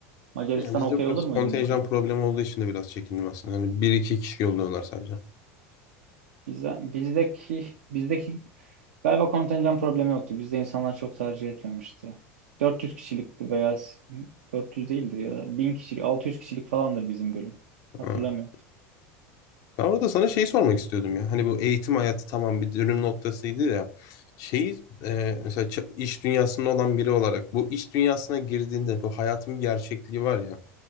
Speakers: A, on the right; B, on the left.
A: Macaristan'a
B: Yani bizde
A: okey olur
B: biraz
A: muydun
B: kontenjan
A: mesela?
B: problemi olduğu için de biraz çekindim aslında. Hani bir iki kişi yolluyorlar sadece.
A: Bize, bizdeki bizdeki galiba kontenjan problemi yoktu. Bizde insanlar çok tercih etmemişti. 400 kişilikti veya s- 400 değildir ya da 1000 kişilik 600 kişilik falandır bizim bölüm. Hatırlamıyorum.
B: Ha, Ben orada sana şeyi sormak istiyordum ya. Hani bu eğitim hayatı tamam bir dönüm noktasıydı ya. Şeyi e, mesela ç- iş dünyasında olan biri olarak bu iş dünyasına girdiğinde bu hayatın bir gerçekliği var ya.